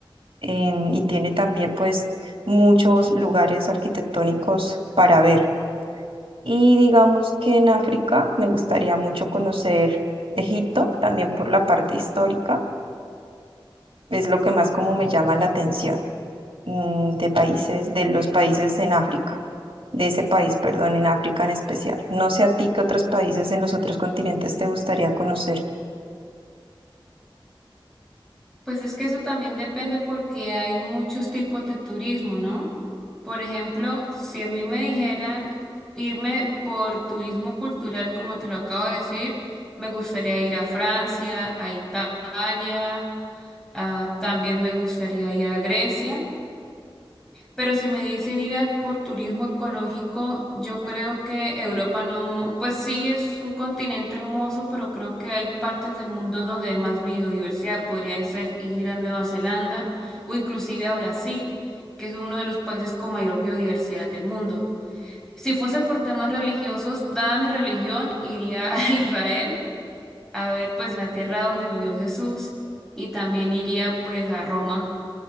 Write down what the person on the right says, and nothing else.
em, y tiene también pues muchos lugares arquitectónicos para ver. Y digamos que en África me gustaría mucho conocer Egipto, también por la parte histórica, es lo que más como me llama la atención mm, de países, de los países en África, de ese país, perdón, en África en especial. No sé a ti qué otros países en los otros continentes te gustaría conocer.